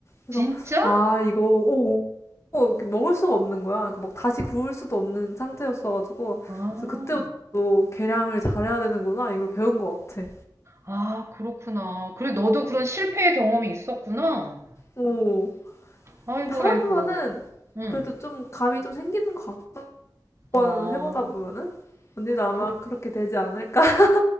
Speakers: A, on the left (about 35°); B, on the right (about 35°).
A: 그래서,
B: 진짜?
A: 아, 이거, 오, 오, 이렇게 먹을 수가 없는 거야. 그러니까 막 다시 구울 수도 없는 상태였어가지고,
B: 아,
A: 그래서 그때부터 또 계량을 잘해야 되는구나. 이걸 배운 것 같아.
B: 아, 그렇구나. 그래, 너도 그런 실패의 경험이 있었구나.
A: 오.
B: 아이고,
A: 근데 하다
B: 아이고.
A: 보면은,
B: 응,
A: 그래도 좀 감이 좀 생기는 것 같아. 한번
B: 어,
A: 해보다 보면은 언니도 아마
B: 그
A: 그렇게 되지 않을까? <laughs>